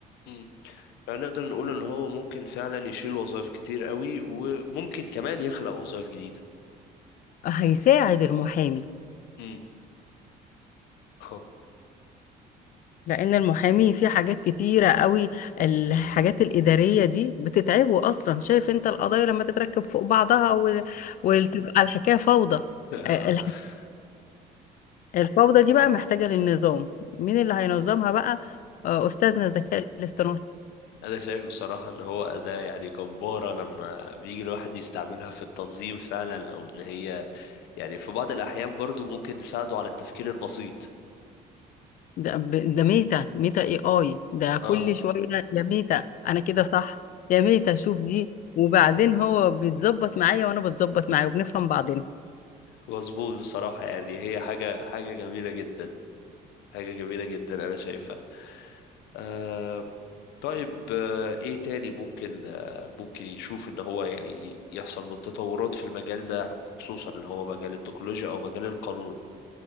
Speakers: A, on the left; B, on the left.
A: امم يعني نقدر نقول ان هو ممكن فعلا يشيل وظائف كتير قوي وممكن كمان يخلق وظائف جديدة
B: هيساعد المحامي
A: امم اه
B: لان المحامي في حاجات كتيره قوي الحاجات الاداريه دي بتتعبه اصلا شايف انت القضايا لما تتركب فوق بعضها وال- وتبقى الحكايه فوضى
A: <laughs>
B: آه، الفوضى دي بقى محتاجة للنظام مين اللي هينظمها بقى آه، أستاذنا الذكاء الاصطناعي
A: انا شايف بصراحة ان هو اداة يعني جبارة لما بيجي الواحد يستعملها في التنظيم فعلا او ان هي يعني في بعض الاحيان برضو ممكن تساعده على التفكير البسيط
B: ده, ب- ده ميتا ميتا اي اي ده كل
A: اه
B: شوية يا ميتا أنا كده صح يا ميتا شوف دي وبعدين هو بيتظبط معايا وأنا بتظبط معاه وبنفهم بعضنا
A: مظبوط بصراحة يعني هي حاجة حاجة جميلة جدا حاجة جميلة جدا أنا شايفها آه طيب آه إيه تاني ممكن آه ممكن يشوف إن هو يعني ي- يحصل من تطورات في المجال ده خصوصا اللي هو مجال التكنولوجيا أو مجال القانون